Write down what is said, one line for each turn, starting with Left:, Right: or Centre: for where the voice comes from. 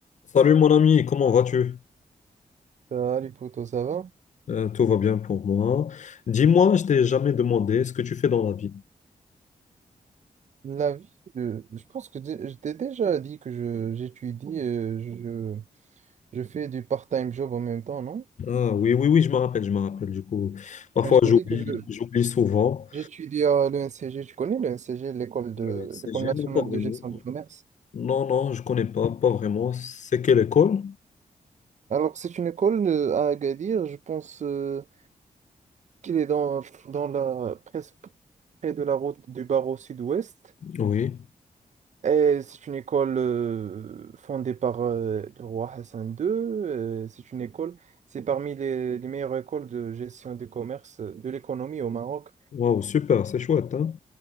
Left: Salut mon ami, comment vas-tu?
Right: Salut poto, ça va?
Left: Euh, tout va bien pour moi. Dis-moi, je t'ai jamais demandé ce que tu fais dans la vie.
Right: La vie, je, je pense que dé- je t'ai déjà dit que je, j'étudie, euh, je, je fais du part-time job en même temps, non?
Left: Ah oui, oui, oui, je me rappelle, je me rappelle du coup. Parfois
Right: Je t'ai
Left: j'oublie,
Right: dit que je,
Left: j'oublie souvent.
Right: j'étudie à l'ENCG, tu connais l'ENCG, l'école de,
Left: Euh, C'est
Right: l'école
Left: gênant,
Right: nationale
Left: pas vraiment.
Right: de gestion du commerce.
Left: Non, non, je connais pas, pas vraiment. C'est quelle école?
Right: Alors c'est une école euh, à Agadir, je pense euh, qu'il est dans, dans la, presque près de la route du barreau sud-ouest.
Left: Oui.
Right: Et c'est une école euh, fondée par euh, le roi Hassan II. euh, c'est une école, c'est parmi les, les meilleures écoles de gestion des commerces, euh, de l'économie au Maroc.
Left: Waouh, super, c'est chouette, hein?